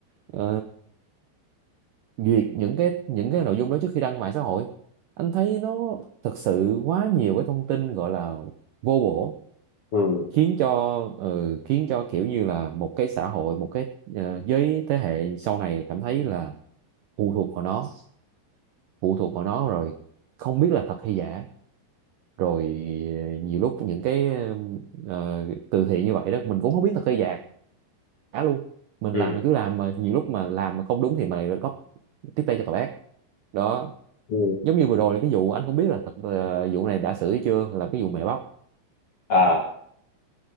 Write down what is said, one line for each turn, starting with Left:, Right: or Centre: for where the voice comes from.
Right: ờ, duyệt những cái những cái nội dung đó trước khi đăng mạng xã hội anh thấy nó thật sự quá nhiều cái thông tin gọi là vô bổ
Left: ừ
Right: khiến cho ờ, khiến cho kiểu như là một cái xã hội một cái ờ, giới thế hệ sau này cảm thấy là phụ thuộc vào nó phụ thuộc vào nó rồi không biết là thật hay giả rồi ờ, nhiều lúc những cái ờ, từ thiện như vậy đó mình cũng không biết thật hay giả luôn mình
Left: ừ
Right: làm thì cứ làm mà nhiều lúc mà làm mà không đúng thì mình lại góp tiếp tay cho tội ác đó
Left: ừ.
Right: giống như vừa rồi cái vụ anh không biết là thật ờ, vụ này đã xử hay chưa là cái vụ mẹ bắp
Left: à